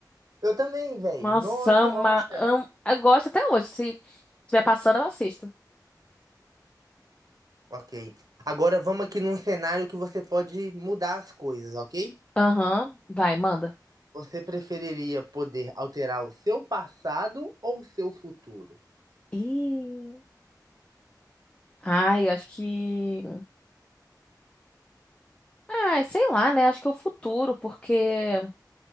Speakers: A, on the right (about 60°); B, on the left (about 15°).
A: Eu também, velho.
B: Nossa,
A: Nó de
B: ama,
A: rocha.
B: amo, eu gosto até hoje, se estiver passando eu assisto.
A: Ok. Agora vamos aqui num cenário que você pode mudar as coisas, ok?
B: Aham, vai, manda.
A: Você preferiria poder alterar o seu passado ou o seu futuro?
B: Ih, ai, eu acho que, ah, sei lá, né, acho que é o futuro, porque